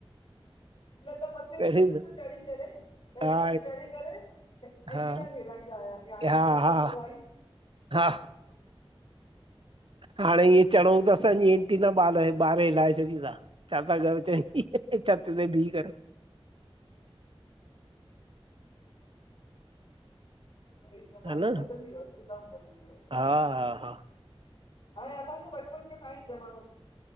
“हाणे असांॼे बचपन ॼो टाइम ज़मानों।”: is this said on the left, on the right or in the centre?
Left